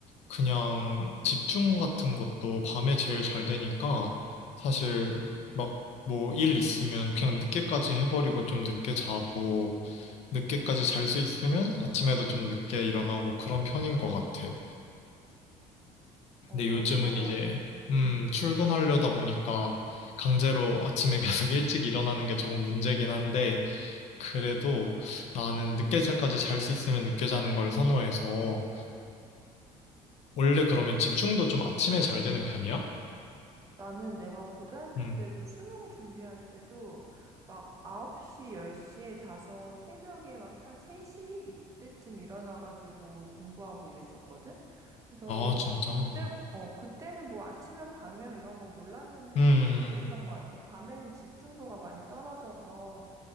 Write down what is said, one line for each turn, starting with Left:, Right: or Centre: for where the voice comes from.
Left: 그냥 집중 같은 것도 밤에 제일 잘 되니까 사실 막 뭐 일 있으면 그냥 늦게까지 해버리고 좀 늦게 자고 늦게까지 잘 수 있으면 아침에도 좀 늦게 일어나고 그런 편인 것 같아.
Right: 어,
Left: 근데
Right: 그렇구나.
Left: 요즘은 이제 음
Right: 응
Left: 출근하려다 보니까 강제로 아침에 <laughs> 계속 일찍 일어나는 게 조금 문제긴 한데 그래도 나는 늦게 자까지 잘 수 있으면 늦게 자는 걸 선호해서 원래 그러면 집중도
Right: 어,
Left: 좀 아침에 잘 되는 편이야?
Right: 나는 내가 고등학교
Left: 음.
Right: 때도 수능 준비할 때도 막 9시, 10시에 자서 새벽에 막 한 3시 이때쯤 일어나가지고 공부하고 이랬었거든. 그래서
Left: 아, 진짜.
Right: 그때, 어, 그때는 뭐 아침형, 밤형 이런 거 몰랐는데
Left: 음.
Right: 그때도 그랬던 것 같아. 밤에는 집중도가 많이 떨어져서